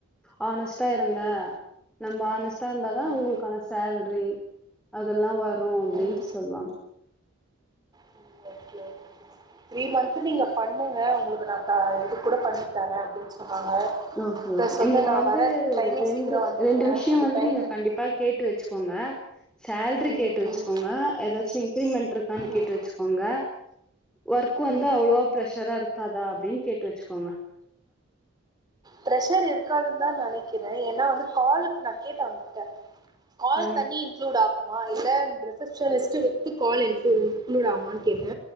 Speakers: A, in the centre; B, on the right.
A: ஹானஸ்ட்டா இருங்க
B: ம்
A: நம்ம ஹானஸ்ட்டா இருந்தாதா
B: ம்
A: உங்களுக்கான சேல்ரி அதெல்லா வரு அப்டின்ட்டு
B: ம்
A: சொல்வாங்க
B: ஓகே ஓகே த்ரீ மந்த்து நீங்க பண்ணுங்க உங்களுக்கு நா க இது கூட பண்ணி தரே அப்டின் சொன்னாங்க
A: ஓகே
B: பிளஸ்
A: ஓகே நீங்க
B: நா
A: வந்து
B: வர டைமிங்
A: ரெண்டு
B: சீக்கிரோ வந்துடுறே
A: ரெண்டு விஷயோ
B: அந்த
A: வந்து
B: டைமிங்க்கு
A: நீங்க கண்டிப்பா கேட் ட்டு வெச்சுக்கோங்க சேல்ரி
B: ம்
A: கேட்டு வெச்சுக்கோங்க
B: ம்
A: எதாச்சு இன்கிரிமெண்ட் இருக்கான்னு
B: ம்
A: கேட்டு வெச்சுக் கோங்க ஒர்க் வந்து
B: ம்
A: அவ்ளவா ப்ரஷரா இருக்காதா அப்டின் கேட்டு வெச்சுக்கோங்க
B: பிரஷர் இருக்காதுன் தா நெனைக்கிறே ஏன்னா வந்து காலுக்கு நா கேட்டே அவுங்க கிட்ட கால்
A: ம்
B: தனி இன்க்ளூட் ஆக் மா இல்ல receptionist with call include include ஆகுமான்னு கேட்ட